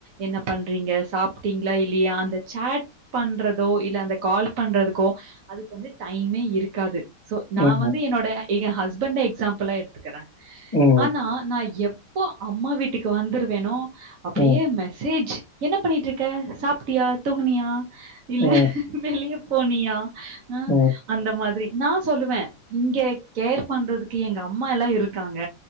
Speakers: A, on the right; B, on the left.
A: என்ன பண்றீங்க சாப்பிட்டீங்களா இல்லையா அந்த சேட் பண்றதோ இல்லை அந்த கால் பண்றதுக்கோ அதுக்கு வந்து டைமே இருக்காது சோ
B: ம்.
A: நான் வந்து என்னோட எங்க ஹஸ்பண்ட் எக்ஸாம்பிளா எடுத்துக்கிறேன்
B: ம்.
A: ஆனா நான் எவ்வ ப்பா அம்மா வீட்டுக்கு வந்துருவேநோ அப்படியே
B: ம்.
A: மெசேஜ் என்ன பண்ணிட்டு இருக்க சாப்பிட்டியா தூங்கினியா இல்ல
B: ம். ம்.
A: வெளியே போனியா ஹ
B: ம்.
A: அந்த மாதிரி நான் சொல்லுவேன் இங்க கேர் பண்றதுக்கு எங்க அம்மா எல்லாம் இருக்காங்க